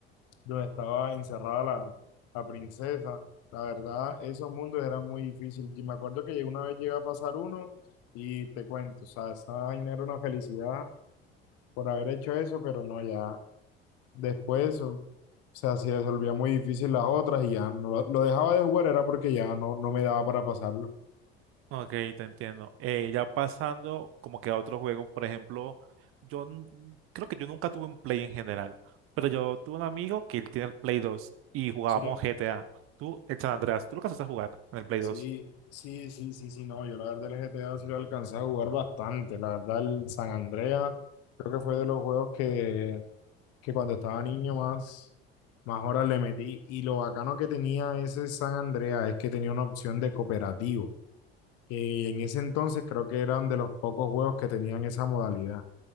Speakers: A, on the left; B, on the right.
A: donde estaba encerrada la, la princesa. La verdad, esos mundos eran muy difíciles. Y me acuerdo que una vez llegué a pasar uno y te cuento, o sea, esa vaina era una felicidad por haber hecho eso, pero no, ya después, o sea, se volvía muy difícil las otras y ya no lo lo dejaba de jugar era porque ya no, no me daba para pasarlo.
B: Ok, te entiendo. Eh, ya pasando como que a otro juego, por ejemplo, yo n- creo que yo nunca tuve un Play en general, pero yo tuve un amigo que él tiene el Play dos y jugábamos
A: Sí.
B: GTA. Tú, el San Andreas, ¿tú lo alcanzaste a jugar en el Play
A: Sí,
B: dos
A: sí, sí, sí, sí, no, yo la verdad el GTA sí lo alcancé a jugar bastante, la verdad el San Andrea creo que fue de los juegos que, que cuando estaba niño más, más horas le metí y lo bacano que tenía ese San Andrea es que tenía una opción de cooperativo, que en ese entonces creo que eran de los pocos juegos que tenían esa modalidad